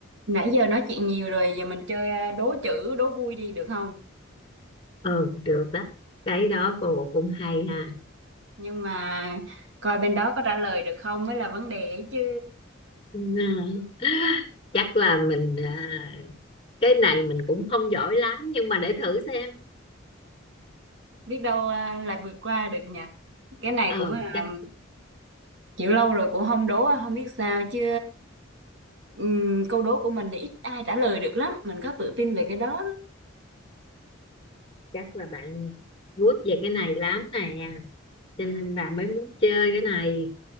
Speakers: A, on the right (about 60°); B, on the left (about 25°).
A: Nãy giờ nói chuyện nhiều rồi, giờ mình chơi à, đố chữ, đố vui đi được không?
B: ừ được đó cái đó cô cũng hay ha
A: Nhưng mà coi bên đó có trả lời được không mới là vấn đề ấy chứ.
B: Ừ, <laughs> chắc là mình à, cái này mình cũng không giỏi lắm nhưng mà để thử xem
A: Biết đâu à, là vượt qua được nhỉ. Cái này
B: ừ
A: cũng là
B: chắc
A: à, kiểu lâu rồi cũng không đố, à, không biết sao chứ. Ừm, câu đố của mình thì ít ai trả lời được lắm, mình có tự tin về cái đó. đó.
B: chắc là bạn good về cái này lắm nè cho
A: Ừ.
B: nên là mới muốn chơi cái này